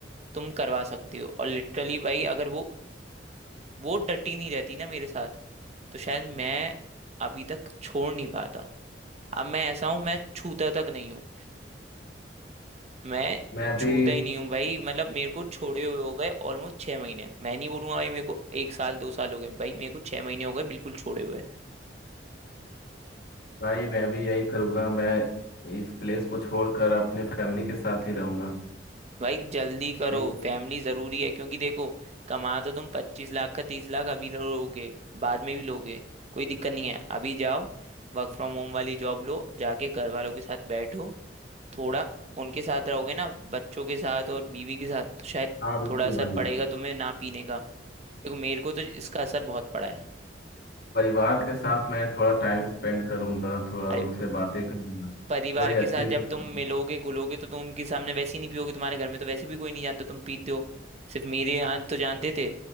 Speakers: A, on the right; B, on the left.
A: तुम करवा सकती हो और लिटरली भाई अगर वो वो डटी नहीं रहती ना मेरे साथ तो शायद मैं अभी तक छोड़ नहीं पाता अब मैं ऐसा हूँ मैं छूता तक नहीं हूँ मैं
B: मैं
A: छूता
B: भी
A: ही नहीं हूँ भाई मतलब मेरे को छोड़े हुए हो गए ऑलमोस्ट छह महीने मैं नहीं बोलूंगा भाई मेरे को एक साल दो साल हो गए भाई मेरे को छह महीने हो गए बिल्कुल छोड़े हुए
B: भाई मैं भी यही करूँगा मैं इस प्लेस को छोड़कर अपने फैमिली के साथ ही रहूँगा
A: भाई जल्दी करो
B: भाई
A: फैमिली जरूरी है क्योंकि देखो कमा तो तुम पच्चीस लाख का तीस लाख अभी लोगे बाद में भी लोगे कोई दिक्कत नहीं है अभी जाओ वर्क फ्रॉम होम वाली जॉब लो जाके घर वालों के साथ बैठो थोड़ा उनके साथ रहोगे ना बच्चों के साथ और बीवी के साथ तो शायद
B: हाँ बिल्कुल
A: थोड़ा असर
B: भाई
A: पड़ेगा तुम्हें ना पीने का देखो मेरे को तो इसका असर बहुत पड़ा है
B: परिवार के साथ मैं थोड़ा टाइम स्पेंड करूँगा थोड़ा
A: अरे
B: उनसे बातें करूँगा
A: परिवार
B: थोड़ी
A: के
B: अच्छी
A: साथ जब
B: सी
A: तुम मिलोगे घुलोगे तो तुम उनके सामने वैसे ही नहीं पियोगे तुम्हारे घर में तो वैसे भी कोई नहीं जानता तुम पीते हो सिर्फ मेरे यहाँ तो जानते थे